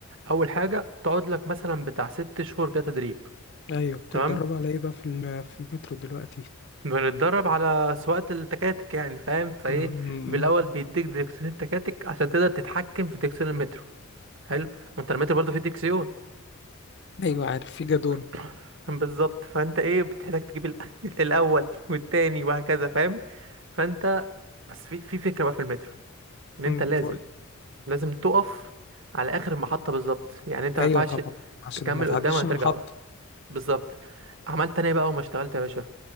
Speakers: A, on the right; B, on the left.
A: اول حاجه تقعد لك مثلا بتاع ست شهور كده تدريب
B: أيوة بتتدربوا
A: تمام
B: على إيه بقى في ال- في المترو دلوقتي
A: بنتدرب على سواقه التكاتك يعني فاهم فايه
B: م- م-
A: بالاول
B: م.
A: بيديك ديركسيون التكاتك عشان تقدر تتحكم في ديركسيون المترو حلو ما انت رميت برضه في الدكسيون
B: أيوة عارف في جادون
A: <coughs> بالظبط فانت ايه بتحتاج تجيب ال- <laughs> الاول والتاني وهكذا فاهم فانت بس في في فكره بقى في المترو ان
B: م،
A: انت لازم
B: قول
A: لازم تقف على اخر المحطه بالظبط يعني انت
B: أيوة
A: ما ينفعش
B: طبعا عشان
A: تكمل
B: ما تعديش
A: قدام ولا
B: المحطة
A: ترجع ورا بالظبط عملت انا ايه بقى وما اشتغلت يا باشا